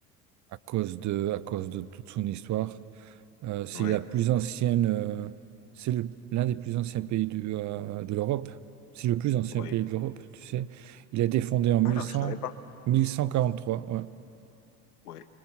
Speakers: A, on the right; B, on the left.
A: à cause de, à cause de toute son histoire. Euh, c'est
B: oui
A: la plus ancienne, euh, c'est le- l'un des plus anciens pays du, euh, de l'Europe. C'est le plus ancien
B: oui
A: pays de l'Europe, tu sais. Il a été fondé en
B: Ah
A: 1100,
B: non, je savais pas.
A: 1143. ouais.
B: oui